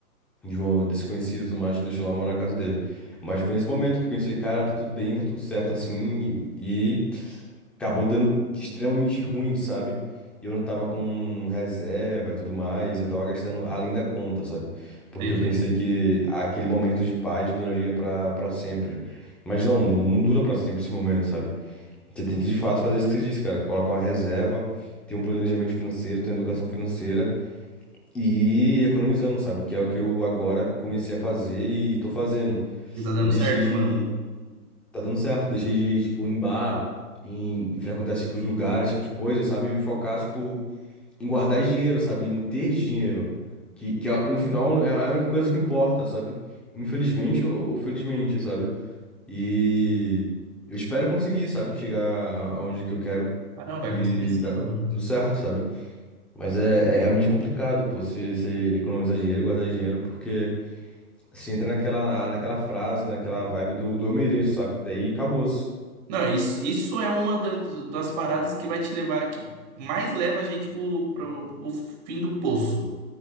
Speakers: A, in the centre; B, on the right.
A: de um desconhecido e tudo mais que me deixou lá morar na casa dele. Mas foi nesse momento que eu pensei, cara, tá tudo bem, tá tudo certo assim. E, acabou dando extremamente ruim, sabe? E eu não tava com reserva e tudo mais, eu tava gastando além da conta, sabe? Porque
B: Sei,
A: eu
B: sei.
A: pensei que aquele momento de paz duraria pra, pra sempre. Mas não, não, não dura pra sempre esse momento, sabe? Você tem que de fato fazer isso que você disse, cara. Colocar uma reserva, ter um planejamento financeiro, ter uma educação financeira e ir economizando, sabe? Que é o que eu agora comecei a fazer e tô fazendo.
B: E tá dando
A: E deixei
B: certo,
A: de
B: mano.
A: tá dando certo. Deixei de, tipo, em bar, em, em frequentar esse tipo de lugar, esse tipo de coisa, sabe? E focar, tipo, em guardar dinheiro, sabe? Em ter dinheiro. Que, que é- no final é a única coisa que importa, sabe? Infelizmente ou, ou felizmente, sabe? E eu espero conseguir, sabe? Chegar a- aonde que eu quero
B: Ah, não, vai
A: e
B: conseguir sim,
A: dar
B: mano.
A: tudo certo, sabe? Mas é, é realmente complicado, pô, você você economizar dinheiro, guardar dinheiro, porque você entra naquela, naquela frase, naquela vibe do, do eu mereço, sabe? Daí acabou.
B: Não, isso, isso é uma da- das paradas que vai te levar, que mais leva a gente pro, pro, pro fim do poço.